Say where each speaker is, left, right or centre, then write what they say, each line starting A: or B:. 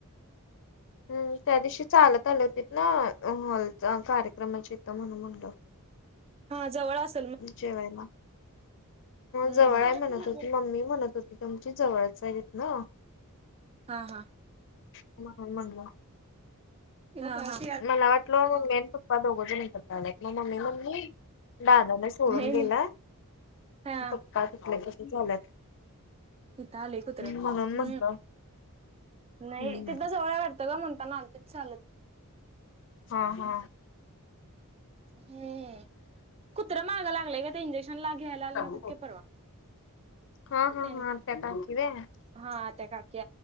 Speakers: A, on the left (about 55°); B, on the right (about 25°).
A: हम्म त्या दिवशी चालत आले होतीत ना, हॉलचा कार्यक्रमाची इथं म्हणून म्हणलं.
B: हां जवळ असं.
A: जेवायला
B: हम्म
A: जवळ आहे म्हणत होती, मम्मी म्हणत होती. तुमची जवळच आहे तितन.
B: हा हां.
A: ह मंगला <unintelligible>
B: हा हा.
A: मला वाटल मम्मी आणि पप्प पप्पा दोघंजन आलात मग मम्मी मम्मी म्हणली दादा न सोडून
B: नाही नाही
A: गेला
B: हा
A: पप्पा तिथल्या कसं झाल्यात
B: इथं आलंय कुत्र
A: म्हणून
B: हम्म
A: म्हटलं.
B: नाही
A: हम्म
B: तिथं जवळ वाटतं गं, म्हणताना आलती चालतं.
A: हम्म हम्म
B: हम्म. कुत्र मागं लागलाय गं ते, इंजेक्शन ला घ्यायला आले नव्हते
A: हा
B: परवा.
A: हा हा
B: त्यां
A: हा.. त्या काकी व्हयं.
B: हा त्या काकी